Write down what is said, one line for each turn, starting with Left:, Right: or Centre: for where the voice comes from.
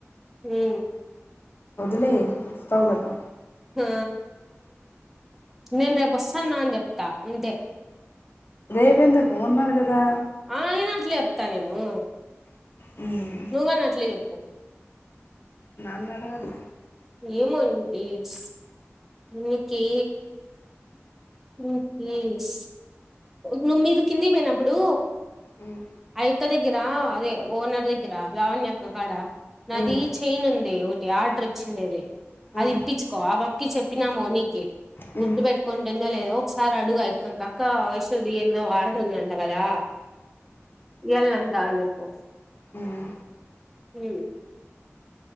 Centre: హూ
Left: వదిలేయ్ వస్తావు గదా
Centre: ఆ నేను రేపోస్తాన్న అని చెప్తా అంతే
Left: రేపెందుకు ఉన్నాడు గదా
Centre: ఆ అయినా అసల చెప్తా నువు
Left: హ్మ్
Centre: నువ్ గాని అట్లే చెప్పవ్
Left: నాన్ మేడ గ అది
Centre: ఏమో ఇంక ఏయిడ్స్ నికీ ఉమ్ లీవ్స్ ఉ నువ్ మీరు కిందికి పోయ్నప్పుడు
Left: హ్మ్
Centre: అయక్క దగ్గర్ దా అదె ఓనర్ దగ్గిర లావణ్య అక్క కాడ నదీ
Left: హ్మ్
Centre: చైన్ ఉంది ఒట్ యా డ్రోచ్చిండేది అది
Left: ఆ
Centre: ఇప్పిచ్చుకొ ఆబ కి చెప్పినా మోనీకి
Left: హ్మ్
Centre: గుర్తు పెట్కుంటుందో లేదో సారి అడుగు ఆయక్క క్ అక్కా వైష్ తుది ఏందొ వాడుతుందంట కదా ఎల్లన్ తాంది ఫోజ్
Left: హ్మ్
Centre: ఉమ్